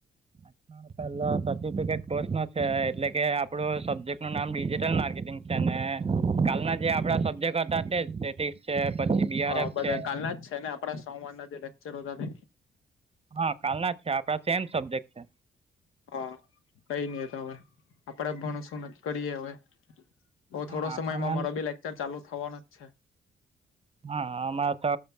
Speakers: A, on the right; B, on the left.
A: અચછા. પેલો સર્ટિફિકેટ કોર્સ નો છે એટલે કે આપડું સબ્જેક્ટ નું નામ ડિજિટલ માર્કેટિંગ તેને કાલના જે આપણા સબ્જેક્ટ હતા તે જ સ્ટેટિક્સ છે પછી બીઆરએફ
B: અ બધા
A: છે.
B: કાલના જ છે ને આપડા સોમવાર ના જે લેક્ચરો હતા તે
A: હા કાલના જ છે આપડા સેમ સબ્જેક્ટ છે.
B: હા કઈ નહી તો હવે આપડે ભણો શું ન કરીએ હવે. હવે
A: હા
B: થોડો
A: આપણે
B: સમયમાં
A: મેમ
B: મારો બી લેક્ચર ચાલુ થવાનો જ છે.
A: હા અમારે તો